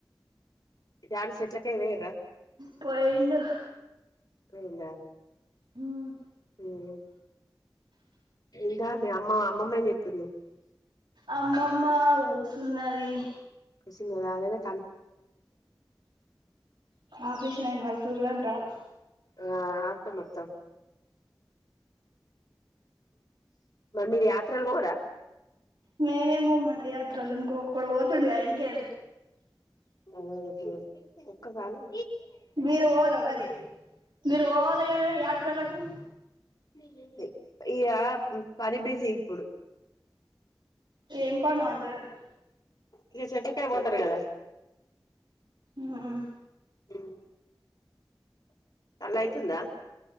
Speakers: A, on the left; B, on the right.
A: యాడు చెట్లకెల్ పోయిన్రా?
B: పోయిండు
A: పోయిండా
B: హ్మ్
A: ఉమ్ ఇంక మి అమ్మా అమ్మమ్మ ఎంచెత్తుంది.
B: అమ్మమ్మ ఊసున్నది.
A: సింగ రాగనె
B: ఆప్రేషనైంది వాళ్ళు చూడడం. రార
A: ఆ అత్త మొత్తం, మరి మీరు యాత్రలు పోరా.
B: మేమేం పోమంట యాత్రలు ఇంకొక్కడు పోతుండగా ఇంకేది.
A: ఓహొ ఒక్క కాను.
B: మీరు ఓరా మరి, మీరు పోవాలగద యాత్రల అ
A: ఇ ఇగ పని బిజీ ఇప్పుడు.
B: ఏం పనో అంతగానం.
A: ఇక చెట్లకాయ్ పోతరు కదా.
B: ఆహ
A: హు అల ఐతుందా.